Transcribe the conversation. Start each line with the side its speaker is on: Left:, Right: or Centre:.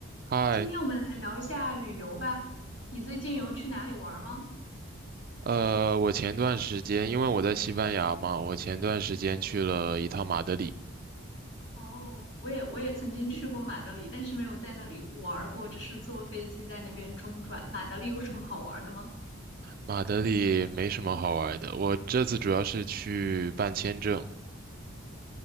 Right: 嗨，
Left: 今天我们来聊一下旅游吧。你最近有去哪里玩儿吗？
Right: 呃，我前段时间因为我在西班牙嘛，我前段时间去了一趟马德里。
Left: 哦，我也我也曾经去过马德里，但是没有在那里玩儿过，只是坐飞机在那边中转。马德里有什么好玩儿的吗？
Right: 马德里没什么好玩的，我这次主要是去办签证。